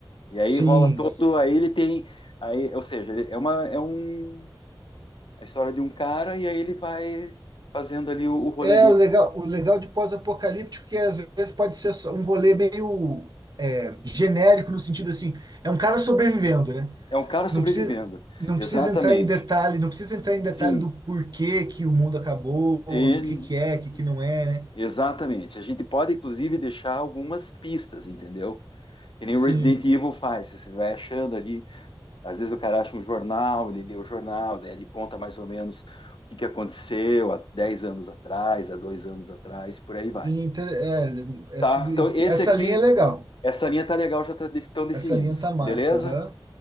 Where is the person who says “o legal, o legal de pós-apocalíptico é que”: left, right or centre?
Right